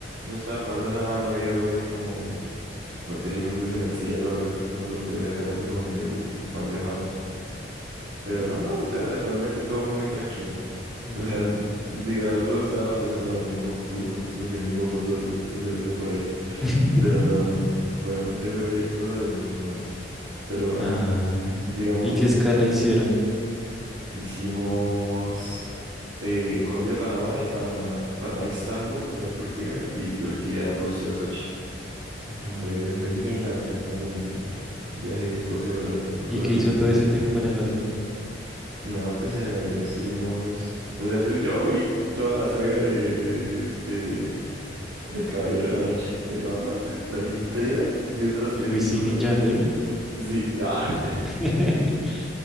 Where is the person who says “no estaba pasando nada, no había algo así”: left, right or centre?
Right